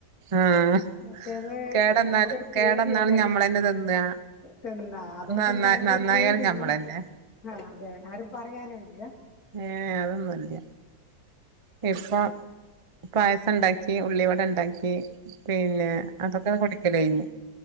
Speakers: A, on the right (about 30°); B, on the left (about 55°).
A: ആഹ്
B: മറ്റേത്
A: കേടെന്നാലും
B: നമുക്കൊരു പേടിയാണ്
A: കേടെന്നാലും ഞമ്മളന്നെ തിന്നാ
B: തിന്നാ അതോണ്ട്
A: നന്നാ
B: പിന്നമ്മക്കൊരു
A: നന്നായാലും
B: പേടില്ലാ
A: ഞമ്മളന്നെ
B: ആഹ് അതേ ആരും പറയാനൂല്ലാ
A: ഏഹ് അതൊന്നുല്ല്യാ ഇപ്പം പായസണ്ടാക്കി ഉള്ളിവടണ്ടാക്കി പിന്നെ അതൊക്കെ കുടിക്കലയിഞ്ഞ്